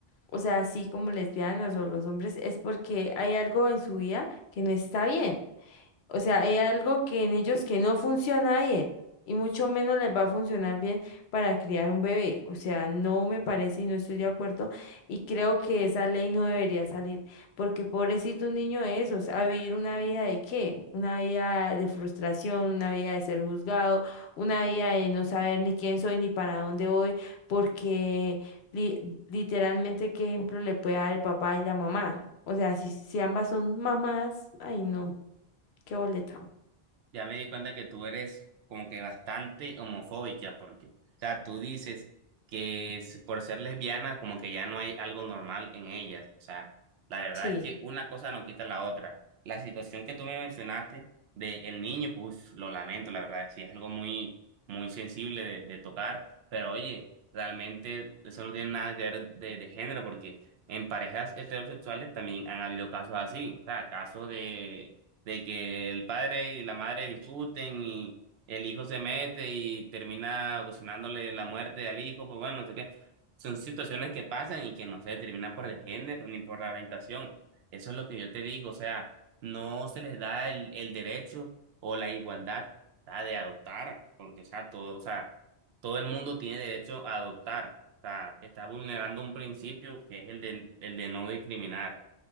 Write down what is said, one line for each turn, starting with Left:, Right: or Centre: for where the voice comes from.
Left: o sea, así como lesbianas o los hombres, es porque hay algo en su vida que no está bien. O sea, hay algo que en ellos que no funciona bien y mucho menos les va a funcionar bien para criar un bebé. O sea, no me parece y no estoy de acuerdo y creo que esa ley no debería salir porque pobrecito un niño de esos, a vivir una vida de qué? Una vida de frustración, una vida de ser juzgado, una vida de no saber ni quién soy ni para dónde voy porque li- literalmente qué ejemplo le puede dar el papá y la mamá. O sea, si, si ambas son mamás, ay no. ¿Qué boleta?
Right: Ya me di cuenta que tú eres como que bastante homofóbica, porque, o sea, tú dices que es- por ser lesbiana, como que ya no hay algo normal en ellas. O sea, la verdad
Left: Sí.
Right: es que una cosa no quita la otra. La situación que tú me mencionaste de el niño, pues lo lamento, la verdad, sí es algo muy, muy sensible de, de tocar, pero oye, realmente eso no tiene nada que ver de, de género, porque en parejas heterosexuales también han habido casos así, o sea, casos de de que el padre y la madre discuten y el hijo se mete y termina ocasionándole la muerte al hijo, pues bueno, no sé qué. Son situaciones que pasan y que no se determinan por el género ni por la orientación. Eso es lo que yo te digo, o sea, no se les da el, el derecho o la igualdad ¿verdad? de adoptar, porque o sea, todo, o sea, todo el mundo tiene derecho a adoptar. O sea, está vulnerando un principio que es el de, el de no discriminar.